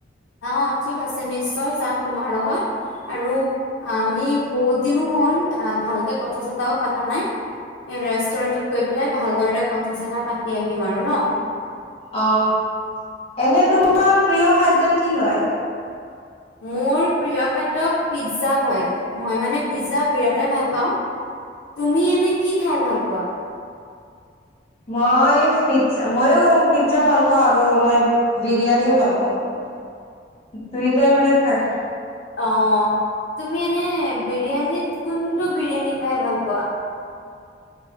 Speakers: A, on the left; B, on the left.
A: অঁ ঠিক আছে নিশ্চয় যাম তোমাৰ লগত আৰু আমি বহুত দিনো হ'ল ভালকে কথা চতাও পতা নাই, ৰেষ্টুৰেণ্টত গৈ পেলাই ভালদৰে কথা চথা পাতি আহিম আৰু ন।
B: অঁ এনে তোমাৰ প্ৰিয় খাদ্য কি হয়।
A: মোৰ প্ৰিয় খাদ্য পিজ্জা হয়, মই মানে পিজ্জা বিৰাটেই ভাল পাওঁ, তুমি এনে কি খাই ভাল পোৱা।
B: মই পিজ্জ মইয়ো পিজ্জা ভাল পাওঁ আৰু মই বিৰিয়ানীও ভাল পাওঁ। দুইটাই মানে খাই খ
A: অঁ তুমি এনে বিৰিয়ানীত কোনটো বিৰিয়ানী খাই ভাল পোৱা।